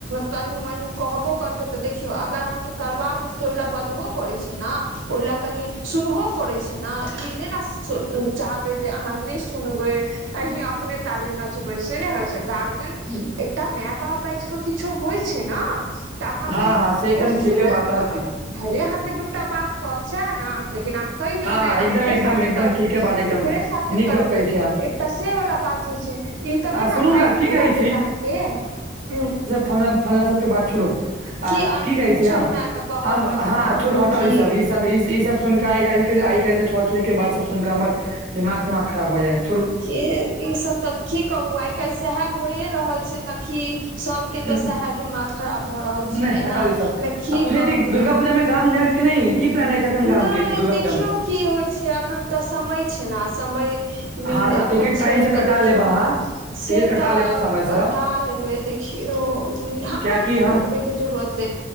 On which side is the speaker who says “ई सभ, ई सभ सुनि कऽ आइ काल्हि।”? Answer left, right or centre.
Right